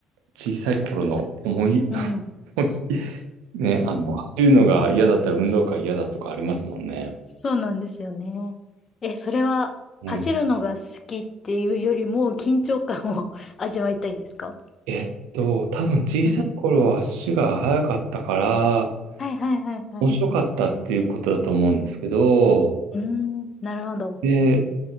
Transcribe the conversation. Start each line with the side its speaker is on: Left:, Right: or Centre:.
Right: 小さい頃の思い、
Left: うん。
Right: <laughs> 思いね、あの、走るのが嫌だったら運動会嫌だとかありますもんね。
Left: そうなんですよね。え、それは走るのが好きっていうよりも緊張感を
Right: はい。
Left: <laughs> 味わいたいんですか
Right: えっと、多分小さい頃は足が速かったから、
Left: うん。はいはいはいは
Right: 面白かったっていうことだと思うんですけど、
Left: い。うーん、なるほど。
Right: で、